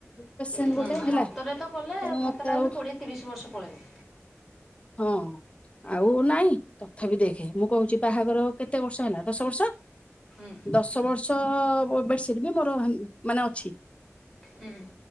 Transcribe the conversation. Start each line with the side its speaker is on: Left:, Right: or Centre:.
Left: ପେସେଣ୍ଟ
Centre: ହୁଁ
Left: ଗୋଟେ ହେଲା
Centre: ହାତରେ ତ କଲେ
Left: ତେଣୁ
Centre: ମତେ ଲାଗୁଛି
Left: ଆଉ
Centre: କୋଡିଏ ତିରିଶ ବର୍ଷ ପଳେଇବ।
Left: ହଁ ଆଉ ନାଇଁ ତଥାପି ଦେଖେ ମୁଁ କହୁଛି ବାହାଘର କେତେ ବର୍ଷ ହେଲା ଦଶ ବର୍ଷ।
Centre: ହୁଁ
Left: ଦଶ ବର୍ଷ। ଛଅ ଅ ବେଡସିଟ ବି ମୋର ମାନେ ଅଛି
Centre: ହୁଁ